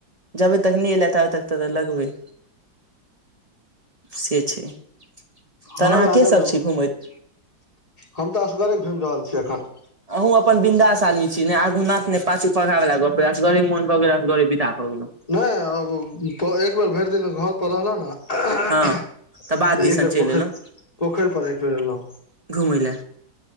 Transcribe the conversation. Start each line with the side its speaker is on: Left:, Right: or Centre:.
Right: जाबे तक नहि एलेताब तक तऽ लगबै से छै तहन
Left: हँ
Right: अहाँ
Left: लागल
Right: केसभ
Left: रहू
Right: छी घूमैत
Left: हम तऽ असगरे घुमि रहल छीयै एखन
Right: अहूँ अपन ब बिंन्दाास आदमी छी ने आगूनाथ ने पाछू पघा वला गप्प वसगरे मोन‌भ गेल‌ असगरे विदा भ गेलो
Left: नहि अब एक बेर भरि दिन घर पर रहलो ने तऽ
Right: हँ बाद दिसन
Left: एक बेर
Right: चलि
Left: पोखरि
Right: एलहुँ
Left: पोखरि पर एक बेर एलहुँ
Right: घुमय लए